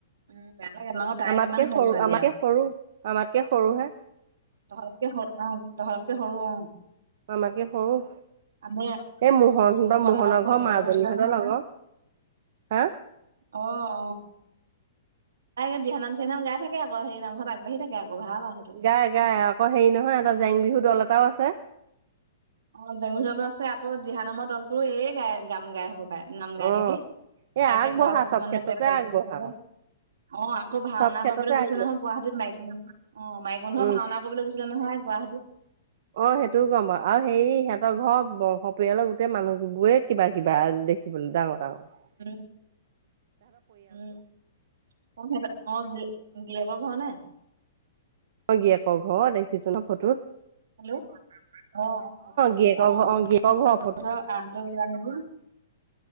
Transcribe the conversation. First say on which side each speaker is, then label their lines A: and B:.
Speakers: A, on the right; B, on the right.
A: উম, বেয়া লাগে ন' তাই
B: আমাতকে
A: ইমান সৰু ছোৱালী
B: আমাতকে
A: আৰু।
B: সৰু আমাতকে সৰুহে
A: তহততকে সৰু অ' তহততকে সৰু
B: আমাতকে সৰু
A: আমি
B: এই মোহনহঁতৰ
A: উম সৰু
B: মোহনৰ
A: আমাৰ লগত কম্পিউটাৰ
B: ঘৰৰ মাজনীহঁতৰ
A: কৰিছিলে নহয়
B: লগৰ
A: তাই
B: হা?
A: অ' অ' তাই দিহানাম, চিহানাম গাই থাকে আকৌ সেই নামগুৱাত আগবাঢ়ি থাকে আকৌ ভাল আ' সেইটো।
B: গাই, গাই আকৌ হেৰি নহয় এটা জেং বিহু দল এটাও আছে।
A: অ'জেঙ বিহুৰটো আছে আকৌ দিহা নামৰ দলটো এইয়ে গাই গান গাই হ'ব পায় নাম গাই
B: অ
A: নেকি তাইকে
B: এই আগবঢ়া
A: গোৱা দেখো
B: চব
A: মানে
B: ক্ষেত্ৰতে
A: তাই প্ৰেকটিচ
B: আগবঢ়া
A: কৰে যে। অ' আকৌ ভাওনা
B: চব ক্ষেত্ৰতে
A: কৰিবলৈ গৈছে
B: আগবঢ়া
A: নহয় গুৱাহাটীত মাইকী মানুহৰ। অ' মাইকী মানুহে
B: উম
A: ভাওনা কৰিবলৈ গৈছিলে নহয় গুৱাহাটীত।
B: অ'সেইটোও গম পাওঁ আৰু হেৰি সিহঁতৰ ঘৰৰ বংশ পৰিয়ালৰ গোটেই মানুহ বোৰে কিবা-কিবা দেখ <unintelligible>
A: উম, উম। অ' সিহতঁৰ অ' গিৰে, গিৰেয়েকৰ ঘৰ নে?
B: অ'গিৰিয়েকৰ ঘৰ দেখিছো ন' ফটোত।
A: হেল্ল' অ'
B: গিৰিয়েকৰ ঘৰ অ গিৰিয়েকৰ
A: অ'
B: ঘৰ
A: <unintelligible>